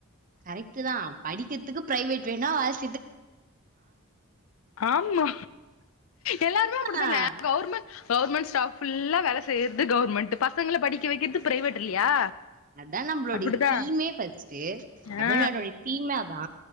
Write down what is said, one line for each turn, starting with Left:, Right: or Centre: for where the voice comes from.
Right: கரெக்ட்டு தா படிக்கிறதுக்கு ப்ரைவேட் வேணா ஆஸ்
Left: ஆமா எல்லாருமே அப்டிதான
Right: ஆ
Left: கவுர்மெண்ட் கவுர்மெண்ட் ஸ்டாஃப் ஃபுல்லா வேல செய்றது கவுர்மெண்ட் பசங்கள படிக்க வைக்கிறது ப்ரைவேட் இல்லையா
Right: அதா நம்பளுடைய
Left: அப்டிதா
Right: தீமே ஃபர்ஸ்ட்டு
Left: ஆ
Right: தமிழ்நாட்டோட தீமே அதா